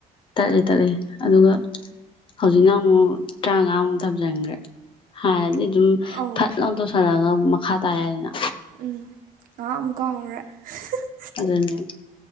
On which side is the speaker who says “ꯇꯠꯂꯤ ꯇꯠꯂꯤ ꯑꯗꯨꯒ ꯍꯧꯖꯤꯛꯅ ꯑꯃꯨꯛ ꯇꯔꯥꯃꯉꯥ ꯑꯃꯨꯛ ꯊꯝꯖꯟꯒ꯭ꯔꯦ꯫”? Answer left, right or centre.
Left